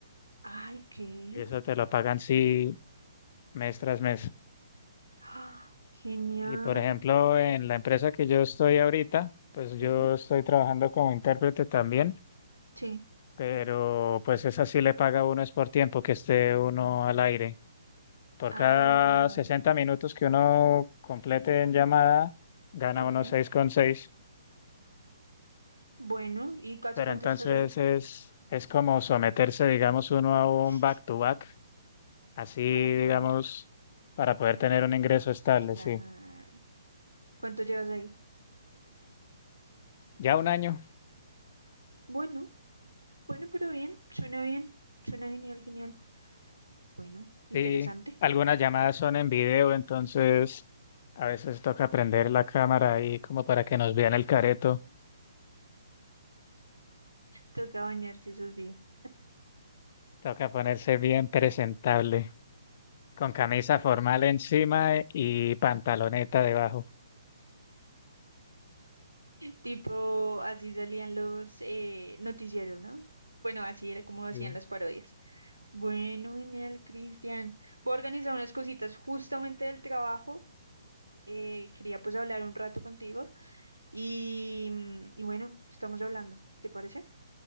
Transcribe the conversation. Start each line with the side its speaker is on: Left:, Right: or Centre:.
Right: Ay, ¿qué?
Left: y eso
Right: <gasps>
Left: te lo pagan sí mes tras mes.
Right: Ah, genial.
Left: Y por ejemplo, en la empresa que yo estoy ahorita, pues yo
Right: ujú,
Left: estoy trabajando como intérprete también,
Right: Sí.
Left: pero pues esa sí le paga a uno es por tiempo que esté uno al aire. Por
Right: Ah,
Left: cada 60 minutos que uno complete en llamada, gana
Right: ok.
Left: uno seis. coma seis.
Right: Bueno, ¿y casi
Left: Pero
Right: cuánto
Left: entonces
Right: estás ahí?
Left: es, es como someterse, digamos, uno a un
Right: <sighs>
Left: back-to-back, así, digamos,
Right: Para poder.
Left: para poder tener un ingreso estable,
Right: Claro.
Left: sí.
Right: ¿Cuánto llevas ahí?
Left: Ya un año,
Right: Bueno, bueno, pero bien. Suena bien. Suena genial, genial. Bueno, interesante.
Left: sí. Algunas llamadas son en video, entonces a veces toca prender la cámara ahí como para que nos vean el careto.
Right: Toca bañarse esos días.
Left: Toca ponerse bien presentable, con camisa formal encima y pantaloneta debajo.
Right: Tipo, así salían los eh, noticieros, ¿no? Bueno, así era como hacían
Left: Sí.
Right: las parodias. Bueno, genial, Cristian. Voy a organizar unas cositas justamente del trabajo. eh, quería pues hablar un rato contigo y, mm, y bueno, estamos hablando, ¿te parece?